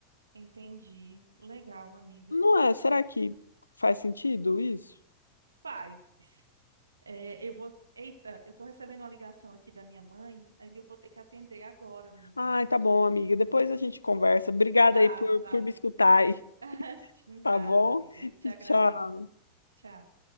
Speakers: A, on the right (about 75°); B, on the left (about 80°).
A: Entendi. Legal, amiga.
B: Não é? Será que faz sentido isso?
A: Faz. É, eu vou. Eita, eu tô recebendo uma ligação aqui da minha mãe, aí eu vou ter que atender agora, amiga.
B: Ai, tá bom, amiga. Depois a gente conversa. Obrigada
A: Tá,
B: aí por,
A: tá.
B: por me escutar aí,
A: <laughs> Nada,
B: tá bom?
A: amiga. Eu que te
B: E
A: agradeço.
B: tchau.
A: Tchau.